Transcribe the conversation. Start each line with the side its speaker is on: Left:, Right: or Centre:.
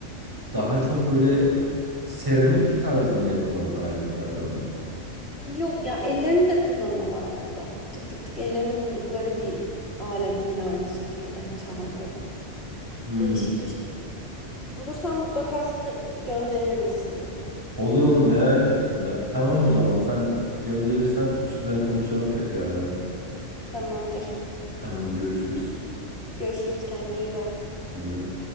Right: daha çok böyle seramik tarzında yapılan aletlerden mi?
Left: Yok ya ellerini de kullanıyorlar burada. Tık tık tık ellerini vurdukları bir alet yine aynı şekilde çalgı.
Right: Hmm.
Left: Değişik bir şey. Bulursam mutlaka sana gönderirim ismini.
Right: Olur olur merak ettim ya. Tamam o zaman sen gönderirsen üstüne konuşalım tekrardan.
Left: Tamamdır.
Right: Tamam görüşürüz.
Left: Görüşürüz kendine iyi bak.
Right: Ben de.